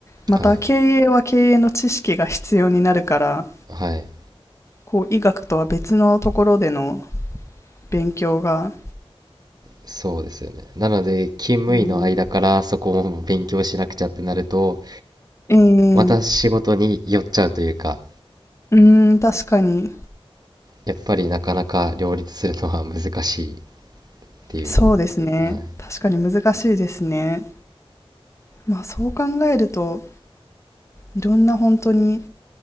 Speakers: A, on the left; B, on the right.
A: また経営は経営の知識が必要になるから、
B: はい。はい。
A: こう医学とは別のところでの勉強が、
B: そうですよね。なので、勤務医の間からそこも勉強しなくちゃってなると、
A: うん、ええ
B: また仕事に寄っちゃうというか、
A: うーん、確かに、
B: やっぱりなかなか両立するのは難しいっていう。
A: そうですね。
B: はい。
A: 確かに難しいですね。まあそう考えると、いろんな本当に